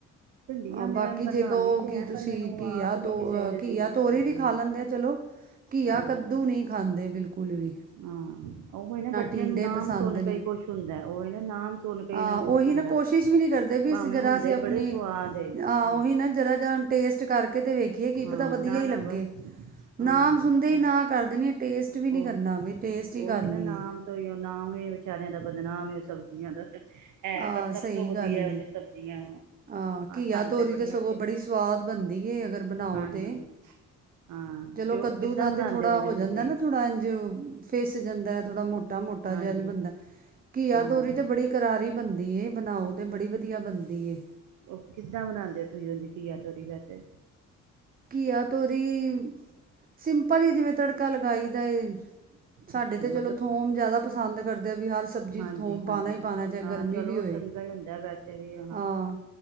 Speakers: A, on the right; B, on the right.
A: ਭਿੰਡੀਆਂ
B: ਹਾਂ
A: ਮੈਂ
B: ਬਾਕੀ
A: ਬਣਾਉਣੀ
B: ਜੇ ਕਹੋ
A: ਤੇ
B: ਕਿ
A: ਹੈ
B: ਤੁਸੀਂ
A: ਪਰ ਮੈਨੂੰ
B: ਘੀਆ
A: ਆਪ ਨੀ
B: ਤੋ
A: ਕਿਸੇ ਵੇਲੇ ਸੂਟ
B: ਘੀਆ ਤੋਰੀ
A: ਕਰਦੀਆਂ
B: ਵੀ ਖਾ ਲੈਂਦੇ ਆ ਚਲੋ, ਘੀਆ
A: ਹਾਂਜੀ
B: ਕੱਦੂ ਨਹੀ ਖਾਂਦੇ ਬਿਲਕੁਲ ਵੀ।
A: ਹਾਂ ਉਹ ਨਾ ਬੱਚਿਆਂ
B: ਟੀਂਡੇ
A: ਨੂੰ ਨਾਮ
B: ਪਸੰਦ
A: ਸੁਣ ਕੇ ਹੀ ਕੁਛ ਹੁੰਦਾ ਹੈ, ਉਹ ਨਾ ਨਾਮ ਸੁਣ ਹੀ
B: ਆ
A: ਇਹਨਾਂ ਨੂੰ
B: ਉਹੀ
A: ਕੁਛ ਹੁੰਦਾ
B: ਨਾ ਕੋਸ਼ਿਸ਼ ਵੀ ਨਹੀਂ ਕਰਦੇ ਵੀ
A: ਭਾਵੇਂ
B: ਅਸੀਂ ਜਿਹੜਾ
A: ਹੁੰਦੇ
B: ਅਸੀਂ ਆਪਣੀ,
A: ਬੜੇ ਸਵਾਦ ਏ। ਹਾਂ
B: ਉਹੀ ਨਾ ਜੜਾ ਜ ਟੇਸਟ ਕਰਕੇ ਤੇ ਵੇਖੀਏ ਕੀ
A: ਹਾਂ
B: ਪਤਾ ਵਧੀਆ
A: ਨਾ
B: ਹੀ
A: ਨਾ
B: ਲੱਗੇ।
A: ਬਸ ਹਾਂਜੀ
B: ਨਾਮ ਸੁਣਦੇ
A: ਉਹ
B: ਹੀ ਨਾ ਕਰ ਦੇਣੀ। ਟੇਸਟ ਵੀ ਨੀ
A: ਉਹ
B: ਕਰਨਾ ਵੀ ਟੇਸਟ
A: ਉਹੀ
B: ਹੀ ਕਰ ਲਈਏ
A: ਨਾ ਨਾਮ ਤੋਂ ਹੀ ਨਾਮ ਹੀ ਵਿਚਾਰਿਆਂ ਦਾ ਬਦਨਾਮ ਉਹ ਸਬਜ਼ੀਆਂ ਦਾ ਹੈ
B: ਆਹ
A: ਪਰ ਸਭ
B: ਸਹੀ
A: ਤੋਂ ਵਧੀਆ
B: ਗੱਲ ਏ
A: ਜੇ ਸਬਜ਼ੀਆਂ
B: ਹਾਂ, ਘੀਆ
A: ਸਾਨੂੰ
B: ਤੋਰੀ
A: ਬੜੀਆਂ
B: ਤੇ ਸਗੋਂ
A: ਅੱਛੀਆਂ
B: ਬੜੀ ਸਵਾਦ ਬਣਦੀ ਏ ਅਗਰ ਬਣਾਓ
A: ਹਾਂਜੀ
B: ਤੇ,
A: ਹਾਂ
B: ਚਲੋ
A: ਤੇ ਉਹ
B: ਕੱਦੂ
A: ਕਿੱਦਾਂ
B: ਦਾ
A: ਬਣਾਉਂਦੇ
B: ਤੇ ਥੋੜਾ
A: ਉਝ
B: ਹੋ ਜਾਂਦਾ
A: ਤੁਸੀਂ
B: ਨਾ ਥੋੜਾ ਇੰਝ ਫਿਸ ਜਾਂਦਾ <inaudible> ਮੋਟਾ- ਮੋਟਾ
A: ਹਾਂਜੀ
B: ਜਿਹਾ ਬੰਨਦਾ ਘੀਆ
A: ਹਾਂ
B: ਤੋਰੀ ਤੇ ਬੜੀ ਕਰਾਰੀ ਬਣਦੀ ਏ ਬਣਾਓ ਤੇ ਬੜੀ ਵਧੀਆ ਬਣਦੀ ਏ।
A: ਉਹ ਕਿੱਦਾਂ ਬਣਾਉਂਦੇ ਹੋ ਤੁਸੀਂ ਉਦਾ ਘੀਆ ਤੋਰੀ ਵੈਸੇ।
B: ਘੀਆ ਤੋਰੀ, ਸਿੰਪਲ ਹੀ ਜਿਵੇਂ ਤੜਕਾ ਲਗਾਈ ਦਾ ਏ ਸਾਡੇ
A: ਅੱਛਾ
B: ਤੇ
A: ਮਤਲਬ
B: ਚਲੋ ਥੋਮ ਜ਼ਿਆਦਾ ਪਸੰਦ ਕਰਦੇ ਆ ਵੀ ਹਰ ਸਬਜ਼ੀ
A: ਹਾਂਜੀ
B: ਚ ਥੋਮ ਪਾਉਣਾ
A: ਹਾਂਜੀ
B: ਹੀ ਪਾਉਣਾ ਚਾਹੇ
A: ਹਾਂ
B: ਗਰਮੀ
A: ਚਲੋ
B: ਵੀ ਹੋਏ
A: ਚੰਗਾ ਹੀ ਹੁੰਦਾ ਵੈਸੇ ਵੀ
B: ਹਾਂ